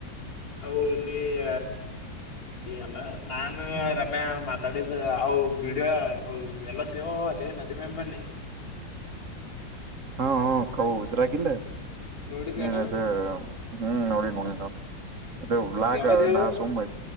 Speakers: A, on the left; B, on the right.
A: ಹೌ ನೀಯ. ಬೀ ಅಲ್ಲ ನಾನ ರಮ್ಯಾ ಮಾತಾಡಿದ ಅವು ವಿಡಿಯೋ ಎಲ್ಲ ಸೇವ್ ಅವ ಅಲ್ಲಿ. ಎ ನದಿ ಮೆಂಬರ್ಲ್ಲೇ.
B: ಹಾ ಹಾ ಕೌ ಇದ್ರಾಗಿಲ್ಲ
A: ನೋಡಿದೇನ
B: ನೀನ್ ಅದ ಹ್ಮ್ ನೋಡಿ ನೋಡಿ ನ. ಅದೇ ಬ್ಲಾಗ
A: ಯಾವ್ದ್ ಹೇಳು
B: ನಾ ಸುಮ್ನೆ